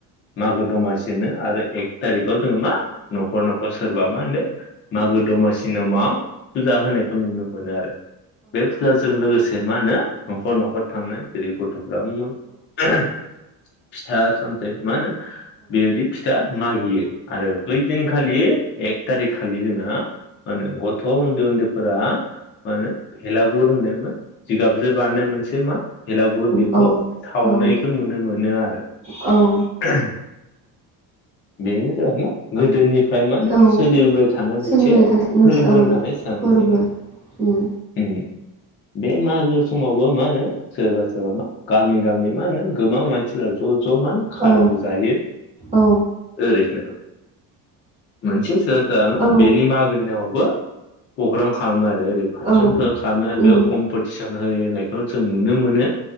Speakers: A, on the left; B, on the right.
A: मागो दमासिनो आरो एक थारिख जोङो मा न'खर न'खर सोरबा। मा होनो मागो दमासि नामाव। फुजा होनायखौ नुनो मोनो आरो बे फुजाजों लोगोसे मा होनो न'खर न'खर थांनाय जेरै- गथ'फोरा <unintelligible> फिथा सानथै मा होनो बेबायदि फिथा मागियो आरो बै दिनखालि एक थारिख खालि जोंना हा होनो गथ' उन न्दै उन्दैफोरा माहोनो फेला गुर नामा जिगाबजों बारनाय मोनसे मा भेलागुर बेखौ
B: औ
A: सावनायखौ
B: औ
A: नुनो मोनो आरो।
B: औ
A: <unintelligible> बेनो जाबाय मा गोदोनिफ्राय मा होनो
B: औ
A: सोलिबोबाय थानाय मोनसे
B: सोलिबोबाय थानाय मोनसे
A: फोरबो
B: औ
A: होननानै सानलायो
B: फोरबो उम
A: उम। बे मागो समावबो मा होनो सोरबा सोरबा मा गामि गामि मा होनो गोबां मानसिफ्रा ज' ज' मा खानाबो
B: औ
A: जायो
B: औ
A: ओरैनो मोनसे सोर दा
B: औ
A: बेनि मागोनि नामावबो पग्राम खालामो आरो। ओरै फानसन
B: औ
A: फो खामनानै
B: उम
A: बेयाव कम्पिटिसन <unintelligible> खौ जों नुनो मोनो